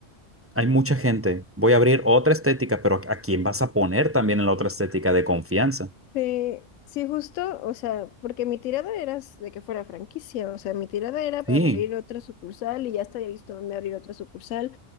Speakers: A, on the right (about 15°); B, on the left (about 80°).
A: hay mucha gente. Voy a abrir otra estética, pero ¿a quién vas a poner también en la otra estética de confianza?
B: Sí, sí, justo, o sea, porque mi tirada era s- de que fuera franquicia, o sea, mi tirada era
A: Sí,
B: abrir otra sucursal y ya hasta había visto dónde abrir otra sucursal.